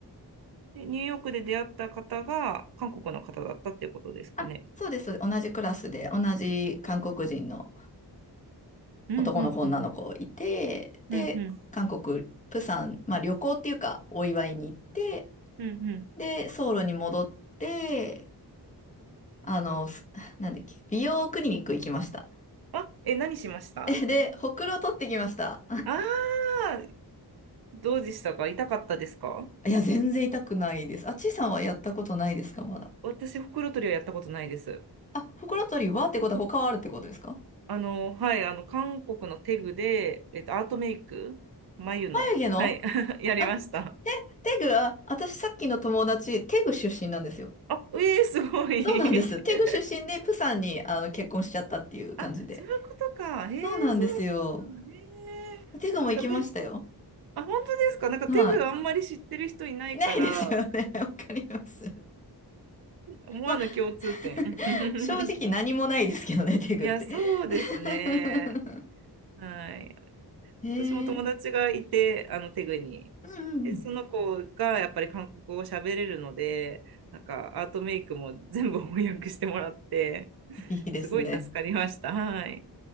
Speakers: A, on the right (about 65°); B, on the left (about 20°).
A: で、ニューヨークで出会った方が韓国の方だったっていうことですかね。
B: あそうです。そうです同じクラスで、同じ韓国人の
A: うんうん
B: 男の子、女の子いて、で、
A: うんうんうん
B: 韓国、プサン、まあ旅行っていうか、お祝いに行って、
A: うんうん
B: で、ソウルに戻って、あの、すなんだっけ、美容クリニック行きました。
A: あ、え、何しましたあ
B: <laughs> えで、ほくろ取ってきました。
A: あー、どうでしたか痛かったですか
B: いや、全然痛くないです。あ、ちいさんはやったことないですか、まだ。
A: 私、ほくろ取りはやったことないです。
B: あ、ほくろ取りはってことは他はあるってことですか
A: あの、はい、あの、韓国のテグで、えっと、アートメイク、眉の、
B: 眉毛の
A: はい、<laughs> やりました。
B: あ、テグ、あ、私さっきの友達、テグ出身なんですよ。
A: あ、ええすごい。
B: そうなんです。
A: <laughs>
B: テグ出身で、プサンに、あの、結婚しちゃったっていう感じで。
A: あ、そういうことか。へえそうなんだ。
B: そうなんですよ。
A: へえ
B: テグも行きましたよ。
A: なんかテグ、あ、本当ですかなんかテグあんまり知ってる人いないから、
B: はい。いないですよね。<laughs> わかります。
A: 思わぬ共通点。
B: まあ、<laughs>
A: <laughs>
B: 正直何もないですけどね、<laughs> テグって。
A: いや、そうですね。
B: <laughs>
A: はい。
B: へえ。
A: 私も友達がいて、あの、テグに。
B: うんうんうん。
A: で、その子がやっぱり韓国語を喋れるので、なんかアートメイクも全部翻訳してもらって、
B: いいですね。
A: すごい助かりました。はい。